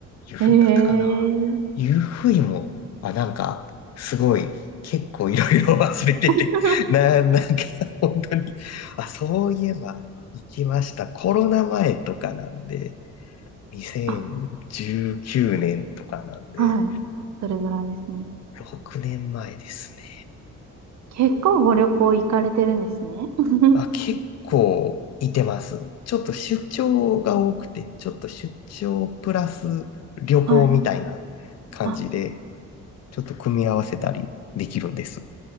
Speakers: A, on the left; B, on the right.
A: 湯布院だったかな。
B: ええー。
A: 湯布院も、あ、なんか、すごい、結構いろいろ忘れてて、
B: <laughs>
A: <laughs> な、なんか、本当に、あ、そういえば行きました。コロナ前とかなんで、2019年とかなんで、
B: あ、はい。それぐらいですね。
A: ろ6年前ですね。
B: 結構ご旅行行かれてるんですね。<laughs>
A: あ、結構いてます。ちょっと出張が多くて、ちょっと出張プラス旅行みたいな感じで、
B: はい。あ
A: ちょっと組み合わせたりできるんです。